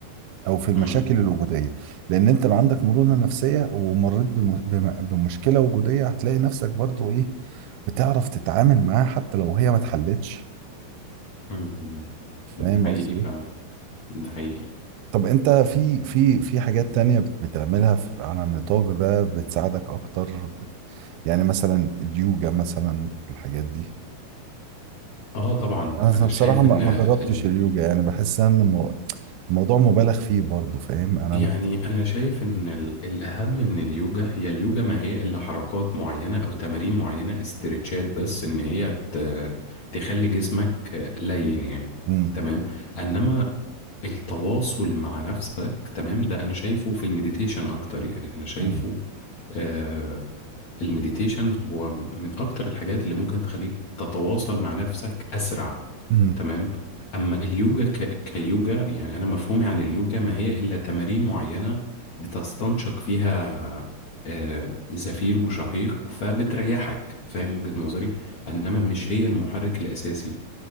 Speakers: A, on the right; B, on the left.
A: او في المشاكل
B: مم.
A: الوجودية لان انت لو عندك مرونة نفسية ومريت بم- بم- بمشكلة وجودية هتلاقي نفسك برضو ايه بتعرف تتعامل معاها حتى لو هي ما اتحلتش
B: مم. مم.
A: فاهم
B: ده حقيقي
A: قصدي
B: فعلا
A: ايه
B: ده حقيقي
A: طب انت في في في حاجات تانية بت- بتعملها في- على النطاق ده بتساعدك اكتر بت... يعني مثلا اليوجا مثلا الحاجات دي
B: اه طبعا
A: انا
B: انا
A: بصراحة
B: شايف
A: ما
B: ان
A: ما
B: ال-
A: جربتش اليوجا يعني بحس ان المو- الموضوع مبالغ فيه برضو فاهم انا
B: يعني أنا شايف إن ال- الأهم من اليوجا هي اليوجا ما هي إلا حركات معينة أو تمارين معينة استرتشات بس إن هي ت- تخلي جسمك لين يعني
A: امم
B: تمام إنما التواصل مع نفسك تمام ده أنا شايفه في المديتيشن أكتر يعني أنا شايفه
A: امم
B: آه، المديتيشن هو من أكتر الحاجات اللي ممكن تخليك تتواصل مع نفسك أسرع
A: امم
B: تمام أما اليوجا ك... كيوجا يعني أنا مفهومي عن اليوجا ما هي إلا تمارين معينة بتستنشق فيها آه، زفير وشهيق فبتريحك فاهم وجهة نظري إنما مش هي المحرك الأساسي